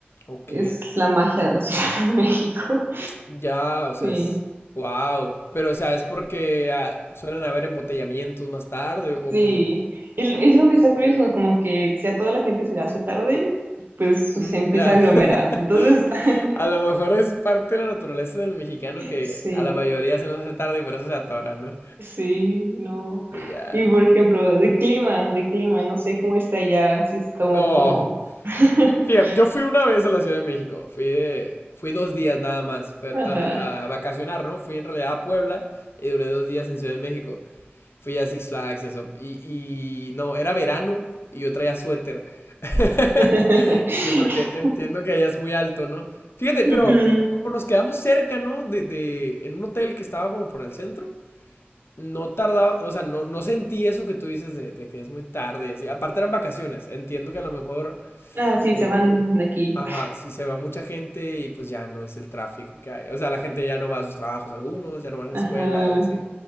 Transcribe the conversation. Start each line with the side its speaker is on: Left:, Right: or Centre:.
Left: ok,
Right: es la magia de la <laughs> Ciudad de México.
Left: ya, o sea,
Right: Sí,
Left: es, wow, pero o sea, es porque ah, suelen haber embotellamientos más tarde o
Right: sí.
Left: como...
Right: Es, es lo que está curioso, como que si a toda la gente se le hace tarde, pues se
Left: Mm,
Right: empieza
Left: ya.
Right: a aglomerar.
Left: <laughs>
Right: Entonces, <laughs>
Left: A lo mejor es parte de la naturaleza del mexicano que
Right: sí.
Left: a la mayoría se nos hace tarde y por eso se atora, ¿no?
Right: Sí, no.
Left: Y ya.
Right: Y por ejemplo, de clima, de clima, no sé cómo está allá, si está como...
Left: No.
Right: como- <laughs>
Left: Fíjate, yo fui una vez a la Ciudad de México. Fui de- fui dos días nada más, pero
Right: Ajá.
Left: a, a vacacionar, ¿no? Fui en realidad a Puebla y duré dos días en Ciudad de México. Fui a Six Flags, eso. Y, y no, era verano y yo traía suéter. <laughs>
Right: <laughs>
Left: Sí, porque entiendo que allá es muy alto, ¿no? Fíjate,
Right: Ujú.
Left: pero como nos quedamos cerca, ¿no? De, de- en un hotel que estaba como por el centro, no tardaba, o sea, no, no sentí eso que tú dices de, de que es muy tarde y así. Aparte eran vacaciones, entiendo que a lo mejor,
Right: Ah, sí,
Left: eh,
Right: se van de aquí.
Left: ajá, si se va mucha gente y pues ya no es el tráfico que hay. O sea, la gente ya no va a sus trabajos algunos, ya no van a
Right: Ajá,
Left: la escuela y así.